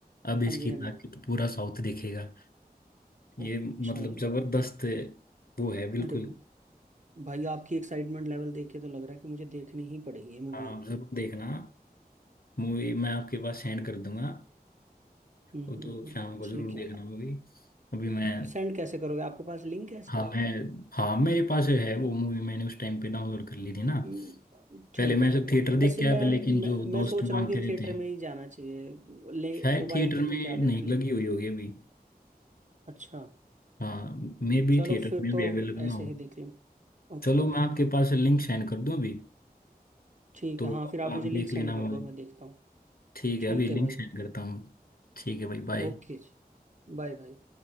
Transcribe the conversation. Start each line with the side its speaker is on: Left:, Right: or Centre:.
Left: अब इसकी
Right: हाँ जी हाँ जी
Left: ताकत पूरा साउथ देखेगा ये
Right: अच्छा
Left: मतलब
Right: जी
Left: जबरदस्त वो है बिल्कुल
Right: अरे भाई आपकी एक्साइटमेंट लेवल देख के तो लग रहा है कि मुझे देखनी ही पड़ेगी ये मूवी
Left: हाँ
Right: अब
Left: जरूर देखना मूवी मैं आपके पास सेंड कर दूंगा
Right: हम्म
Left: वो
Right: हम्म
Left: तो
Right: हम्म,
Left: शाम को
Right: ठीक
Left: जरूर देखना
Right: है
Left: मूवी अभी मैं
Right: सेंड कैसे करोगे आपके पास लिंक है इसका
Left: हाँ मैं हाँ मेरे पास है वो मूवी मैंने उस टाइम पे डाउनलोड कर ली थी ना
Right: हम्म, ठीक
Left: पहले मैं
Right: है ठीक
Left: तो
Right: है
Left: थिएटर
Right: ठीक है
Left: देख
Right: वैसे
Left: के
Right: मैं
Left: आया था लेकिन जो
Right: मैं
Left: दोस्त
Right: मैं सोच रहा
Left: मांगते
Right: हूँ कि
Left: रहते
Right: थिएटर
Left: हैं
Right: में ही जाना चाहिए ले
Left: शायद
Right: मोबाइल
Left: थिएटर
Right: पे
Left: में
Right: तो क्या देखना
Left: नहीं लगी हुई होगी अभी
Right: अच्छा
Left: हाँ मे भी
Right: चलो
Left: थिएटर
Right: फिर
Left: में
Right: तो
Left: भी अवेलेबल
Right: ऐसे
Left: ना हो
Right: ही देख लेंगे Okay
Left: चलो
Right: okay
Left: मैं आपके
Right: okay
Left: पास लिंक सेंड कर दूँ अभी
Right: ठीक
Left: तो
Right: है हाँ फिर आप मुझे
Left: आप
Right: लिंक
Left: देख
Right: सेंड
Left: लेना
Right: कर
Left: मूवी
Right: दो मैं देखता हूँ
Left: ठीक
Right: ठीक
Left: है अभी लिंक
Right: है भाई
Left: सेंड करता हूँ ठीक है भाई बाय
Right: ओके जी बाय भाई